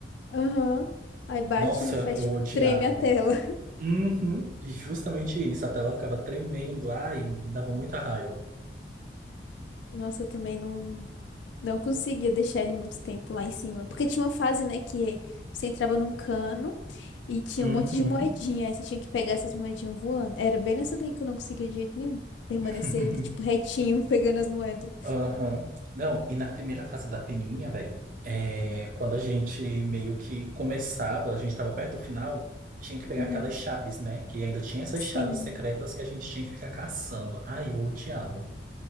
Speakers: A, on the left; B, on the right.
A: Aham. Aí bate
B: Nossa,
A: e faz
B: eu
A: tipo,
B: odiava.
A: treme a tela.
B: Uhum. E justamente isso, a tela ficava tremendo, ai, me dava muita raiva.
A: Nossa, eu também não, não conseguia deixar ele muito tempo lá em cima. Porque tinha uma fase, né, que você entrava num cano e tinha
B: Uhum.
A: um monte de moedinha. Aí você tinha que pegar essas moedinhas voando. Era bem nessa daí que eu não conseguia de jeito nenhum permanecer
B: <laughs>
A: ele, tipo, retinho, <laughs> pegando as moedas.
B: Aham. Não, e na primeira fase da peninha, velho, é, quando a gente meio que começava, a gente tava perto do final, tinha que pegar
A: Uhum.
B: aquelas chaves, né? Que ainda tinha essas
A: Sim.
B: chaves secretas que a gente tinha que ficar caçando. Ai, eu odiava.